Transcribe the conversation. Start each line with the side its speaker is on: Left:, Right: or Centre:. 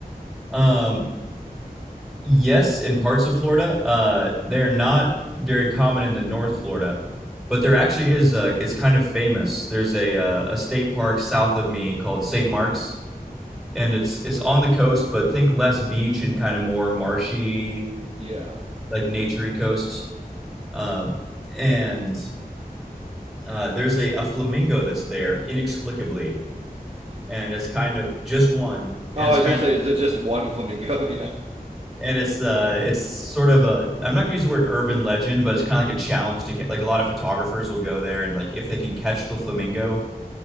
Centre: um, yes, in parts of Florida, uh, they're not very common in the North Florida, but there actually is. uh it's kind of famous. There's a uh, a state park south of me called St. Mark's, and it's it's on the coast, but think less beach and kind of more marshy,
Right: Yeah.
Centre: like naturey coast. Uh, and uh, there's a, a flamingo that's there inexplicably, and it's kind of just one, and
Right: Oh,
Centre: it's
Right: I was
Centre: kind
Right: going to
Centre: of
Right: say is
Centre: cool.
Right: it just one flamingo? <laughs> yeah.
Centre: and it's uh it's sort of a I'm not gonna use the word urban legend, but it's kind of like a challenge to ca- like a lot of photographers will go there and like if they can catch the flamingo,